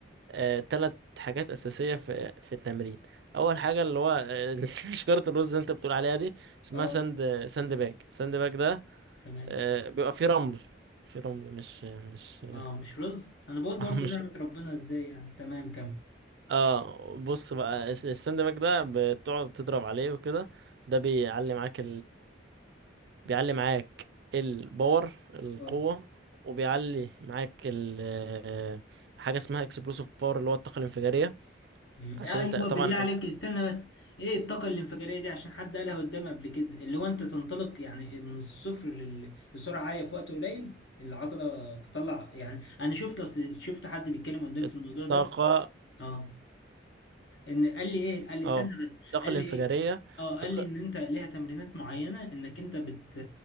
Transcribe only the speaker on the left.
آه،
تمام
اه مش رز انا بقول
برضو
نعمه ربنا ازاي يعني تمام كمل
اه
مم.
ايوه
بالله عليك
استنى بس ايه الطاقه الانفجاريه دي عشان حد قالها قدامي قبل كده اللي هو انت تنطلق يعني من الصفر لل... لسرعه عاليه في وقت قليل العضله تطلع يعني انا شفت اصل شفت حد بيتكلم قدام
في الموضوع ده اه ان قال لي ايه قال لي
استنى بس
قال
لي ايه اه
قال لي ان انت ليها تمرينات معينه انك انت بت